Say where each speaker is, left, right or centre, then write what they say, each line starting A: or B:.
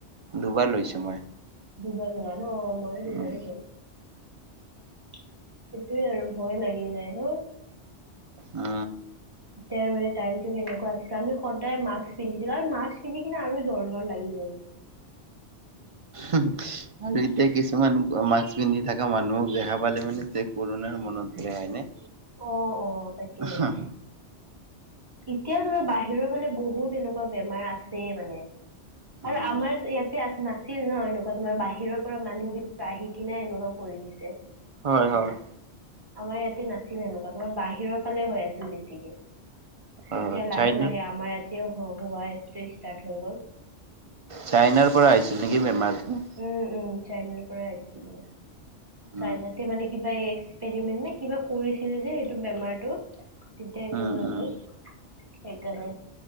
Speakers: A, on the right; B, on the right.
A: দুবাৰ লৈছো মই।
B: দুবাৰ ললা ন, মইয়ো দুবাৰে
A: উম
B: ললো। সেইটোয়ে আৰু ভয় লাগি যায় ন।
A: অ
B: সেৱে টাইমটো কেনেকুৱা আছিলে আমি সদায় মাক্স পিন্ধিছিলো আৰু মাক্স পিন্ধি কিনে আৰু জ্বৰ জ্বৰ লাগি যায় কিন্তু।
A: আৰু এতিয়া কি কিছুমান মাস্ক পিন্ধি থকা মানুহক দেখা পালে মানে তে কোৰোণা মনত পৰে হয় নে।
B: অ অ তাকে
A: অহ,
B: এতিয়া ধৰা বাহিৰৰ ফালে বহুত এনেকুৱা বেমাৰ আছে মানে।
A: উম
B: আৰু আমাৰ ইয়াতে আছে না ছিল ন এনেকুৱা তোমাৰ বাহিৰৰ পৰা মানুহ বিলাক আহি কিনে এনেকুৱাও কৰি দিছে তোমাৰ।
A: হয় হয়
B: আমাৰ ইয়াতে নাছিল সেনেকুৱা তোমাৰ বাহিৰৰ ফালে হৈ আছিল বেছিকে। তেতিয়া
A: অ
B: লাহে
A: চাইনাৰ
B: - লাহে আমাৰ ইয়াতেও হোৱা ষ্টাৰ্ট হৈ গ'ল।
A: চাইনাৰ পৰা আহিছিল নেকি বেমাৰটো?
B: উম-উম চাইনাৰ পৰাই আহিছিল তোমাৰ।
A: উম
B: চাইনাতে মানে কিবা এই এক্সপৰিমেন্ট নে কিবা কৰিছিলে যে সেটো বেমাৰটো তেতিয়া এইটো
A: উম
B: হৈ
A: উম
B: গ'ল সেইকাণে।